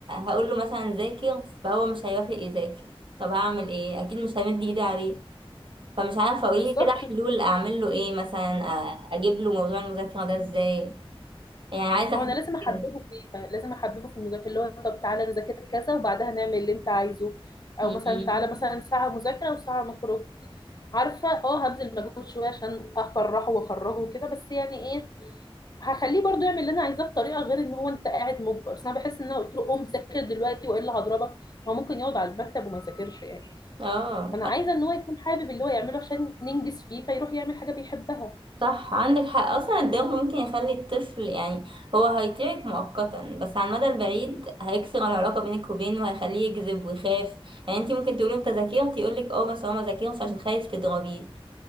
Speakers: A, on the right; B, on the left.
A: هقول له مثلا ذاكر فهو مش هيوافق يذاكر طب هعمل ايه اكيد مش همد ايدي عليه فمش عارفه اقولي
B: بالظبط
A: كده حلول اعمل له ايه مثلا أ- اجيب له موضوع المذاكره ده ازاي يعني عايزة
B: هو
A: أحس
B: انا لازم احببه
A: كده
B: فيها لازم احببه في المذاكره اللي هو طب تعالى نذاكر كذا وبعدها نعمل اللي انت عايزه
A: م-م.
B: او مثلا تعالى مثلا ساعه مذاكره وساعه نخرج عارفه اه هبذل مجهود شويه عشان افرحه واخرجه وكده بس يعني ايه هخليه برضو يعمل اللي انا عايزاه بطريقه غير ان هو انت قاعد مجبر بس انا بحس ان انا قلت له قوم ذاكر دلوقتي والا هضربك هو ممكن يقعد على المكتب وما يذاكرش يعني
A: اه
B: انا عايزه ان هو يكون حابب اللي هو يعمله عشان ننجز فيه فيروح يعمل حاجه بيحبها
A: صح عندك حق اصلا الضغط ممكن يخلي الطفل يعني هو هيطيعك مؤقتا بس على المدى البعيد هيكسر العلاقه بينك وبينه وهيخليه يكذب ويخاف يعني انت ممكن تقولي انت ذاكرت يقول لك اه بس هو ما ذاكرش عشان خايف تضربيه